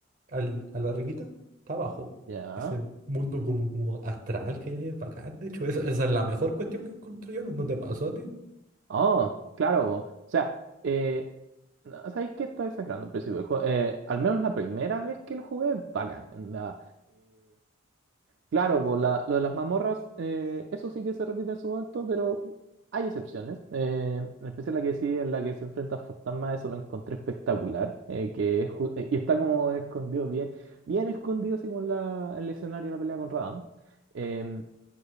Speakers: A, on the right; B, on the right.
A: al, a la arribita, está abajo.
B: Ya.
A: Ese mundo como, como astral que hay ahí es bacán, de hecho, esa, esa es la mejor cuestión que encontré yo, ¿no no te pasó a ti?
B: Oh, claro, po. O sea, eh, no, ¿sabes qué? Estaba exagerando al principio del juego. Eh, al menos la primera vez que lo jugué, bacán. onda, Claro, pues, la- lo de las mazmorras, eh, eso sí que se repite en su momento, pero hay excepciones. Eh, en especial la que sí, en la que se enfrenta a fantasmas, eso lo encontré espectacular. eh, que es ju- eh, y está como escondido, bien, bien escondido, así como en, la- en el escenario de la pelea con Radahn. Em,